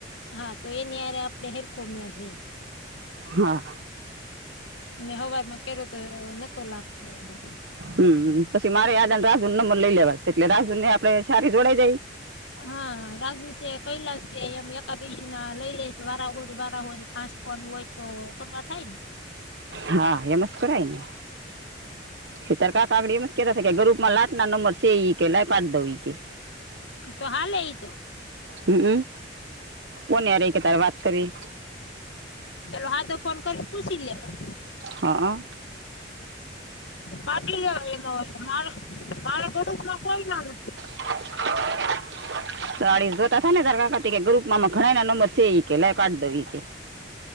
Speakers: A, on the left (about 75°); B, on the right (about 65°).
A: હા તો એની હરે આપડે હેરખો મેળ રેય
B: હા
A: મેં હવારમાં કર્યો તો નતો લાગતો એ
B: હમ પછી મારે આજને રાજુ નંબર લઈ લેવાશે એટલે રાજુ ને આપડે સારી જોડાઈ જાય
A: હા રાજુ છે કૈલાસ છે એમ એકાબીજ ના લઈ લે છે વારાહોરી વારાહોરી પાસ્ હોય તો તમામાં થાય ને
B: હા એમ જ કરાય ને એતર ક કાગડીમસ્કે ગ્રુપમાં લાત ના નંબર સે ઈ કે લ પાડી દ ઈ કે <unintelligible>
A: તો હા એઈ તો
B: હમમ કોનેય ર કે તારે વાત કરી
A: ચલો હા તો ફોન કર પૂછી લેવા
B: હા હ
A: પાટી જવાય એનો વર્ષમા મારે ભરું હોય ના
B: <inaudible> ચળીસ જોતા થ ને તાર કાકા કે ગ્રુપ માં ઘણા ના નંબર સે કે લ કાઢ દઉં કે